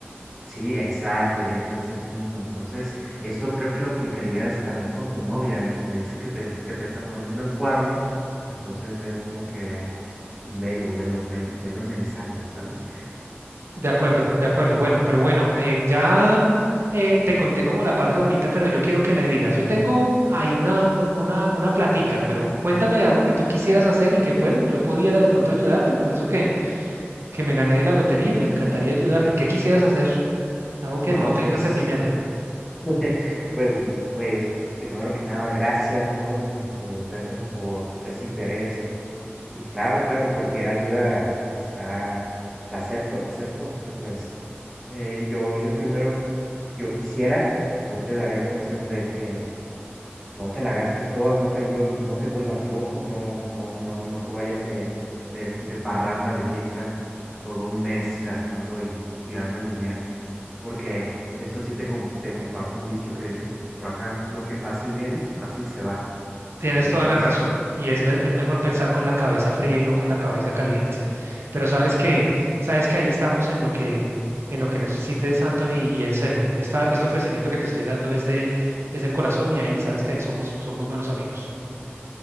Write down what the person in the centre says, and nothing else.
sí, exacto, ya entiendes el punto. Entonces, eso creo que lo aplicarías también con tu novia. Si me dice que te, que te está poniendo el cuerno, entonces es como que velo, velo, ve- velo en el sando, ¿sabes?
No,
pues,
<laughs> pues, pues, primero que nada, gracias, ¿no? Eh, por- Gracias por, por ese interés Y claro, claro, cualquier ayuda está, la acepto, la acepto. Y pues eh, yo, yo primero, yo quisiera, yo te daría el consejo de que no te la gastes todas, no te, vuel- no te vuelvas loco, no, no, no, no te vayas de, de, de parranda, de fiesta, todo un mes gastando y tirando el dinero. Porque eso sí te, com- te comparto un dicho que dicen por acá, lo que fácil viene, fácil se va.
Entonces,